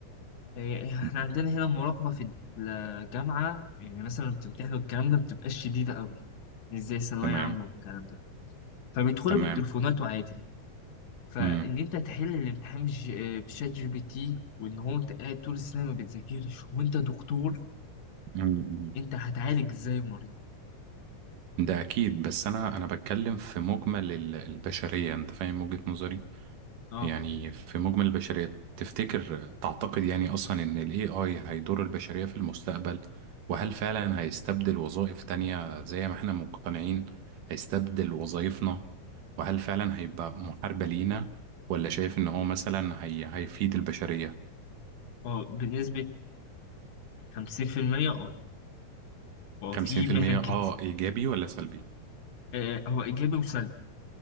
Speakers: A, on the left; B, on the right.
A: إيه، إحنا
B: م.
A: عندنا هنا المراقبة في الجامعة يعني مثلا لما بتمتحنوا الكلام ده بتبقاش شديدة قوي مش زي ثانوية
B: تمام
A: عامة والكلام ده فبيدخلوا
B: تمام
A: بالتليفونات وعادي فإن
B: م. م-
A: أنت تحل الامتحان بش- بشات جي بي تي وإن هو أنت قاعد طول السنة ما بتذاكرش وأنت دكتور
B: م.
A: أنت هتعالج إزاي المريض؟
B: ده اكيد بس انا انا بتكلم في مجمل ال- البشرية انت فاهم وجهة نظري
A: أه
B: يعني في مجمل البشرية تفتكر تعتقد يعني أصلا إن ال AI هيضر البشرية في المستقبل وهل فعلا هيستبدل وظائف تانية زي ما احنا مقتنعين هيستبدل وظائفنا وهل فعلا هيبقى محاربة لينا ولا شايف إن هو مثلا هي هيفيد البشرية
A: أه بنسبة خمسين في المية أه 50% آه. هو
B: 50%
A: في مهن كتير
B: آه إيجابي ولا سلبي؟
A: آه، هو ايجابي وسلبي